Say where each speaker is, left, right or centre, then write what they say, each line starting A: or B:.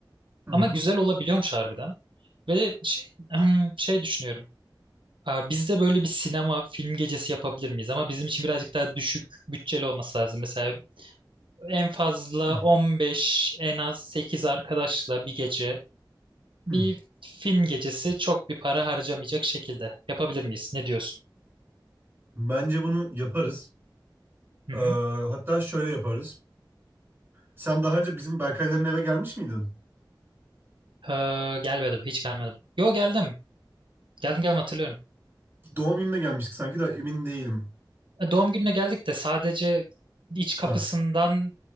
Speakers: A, on the right; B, on the right.
A: hı
B: Ama güzel olabiliyormuş harbiden. Ve şey, <clears throat> şey düşünüyorum. Aa, Biz de böyle bir sinema film gecesi yapabilir miyiz? Ama bizim için birazcık daha düşük bütçeli olması lazım. Mesela en fazla
A: hı.
B: 15, en az 8 arkadaşla bir gece bir
A: hı.
B: film gecesi çok bir para harcamayacak şekilde yapabilir miyiz? Ne diyorsun?
A: Bence bunu yaparız.
B: Hı
A: Ee,
B: hı.
A: hatta şöyle yaparız. Sen daha önce bizim Berkayların eve gelmiş miydin?
B: Ee, gelmedim, hiç gelmedim. Yo geldim. Geldim geldim hatırlıyorum.
A: Doğum gününe gelmiştik sanki de emin değilim.
B: E, Doğum gününe geldik de sadece iç
A: Ha.
B: kapısından